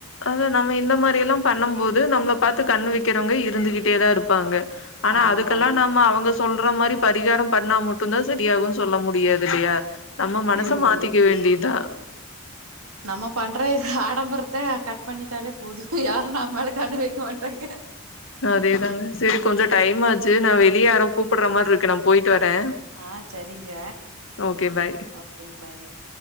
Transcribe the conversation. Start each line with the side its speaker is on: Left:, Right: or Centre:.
Left: அத நம்ம இந்த மாரி எல்லா பண்ணும் போது நம்மளை பார்த்து கண்ண வைக்கிறவங்க இருந்துகிட்டேதா இருப்பாங்க ஆனா
Right: ஆமா
Left: அதுக்கெல்லா
Right: ஆமா
Left: நம்ப அவுங்க சொல்ற மாரி பரிகாரம் பண்ணா மட்டு தா சரியாகும்னு சொல்ல முடியாது இல்லையா நம்ம மனச
Right: இல்ல
Left: மாத்திக்க
Right: இல்ல
Left: வேண்டியதா
Right: நம்ம பண்ற ஆடம்பரத்த கட் பண்ணிட்டாலே போது யாரு நம்மேல கண்ணு வைக்க மாட்டாங்க
Left: அதேதாங்க சரி கொஞ்சோ டைம் ஆச்சு நா வெளிய யாரோ கூப்பிடுற மாரி இருக்கு நா போயிட்டு வரே
Right: ஆ சரிங்க
Left: ஓகே பாய்
Right: ஓகேங்க பாய்ங்க